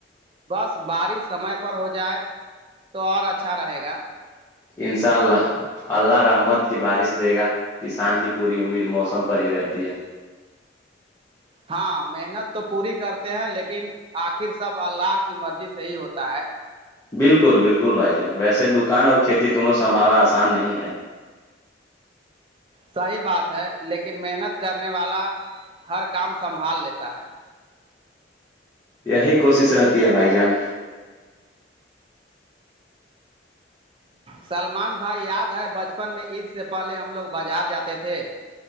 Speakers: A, on the right; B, on the left.
A: بس بارش سمے پر ہو جائے تو اور اچھا رہے گا
B: انشاء اللہ اللہ رحمت کی بارش دے گا کسان کی پوری امید موسم پر ہی رہتی ہے
A: ہاں محنت تو پوری کرتے ہیں لیکن آخر سب اللہ کی مرضی سےح ہی ہوتا ہے
B: بالکل بالکل بھائی جان ویسے دکان اور کھیتی دونوں سنبھالنا آسان نہیں ہے <inaudible>
A: صحیح بات ہے لیکن محنت کرنے والا ہر کام سنبھال لیتا ہے
B: یہی کوشش رہتی ہے بھائی جان
A: سلمان بھائی یاد ہے بچپن میں عید سے پہلے ہم لوگ بازار جاتے تھے